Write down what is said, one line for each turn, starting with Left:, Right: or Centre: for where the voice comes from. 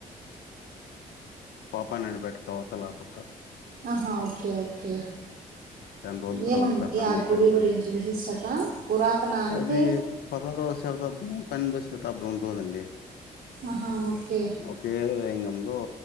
Left: పాపా నాయుడుపేట అవతలపక్క
Right: ఆహా ఓకే ఓకే
Left: చానా రోజుల తర్వాత
Right: ఏమండి
Left: ఫ్యామిలీతో
Right: ఆ గుడి
Left: వెళ్ళాను.
Right: గురించి విశిష్టత పురాతన అంటే
Left: అది పదహారోవ శతాబ్దం పన్నెండు శతాబ్దం ఉందోదండి
Right: ఆహా ఓకే
Left: ఒకే లింగంలో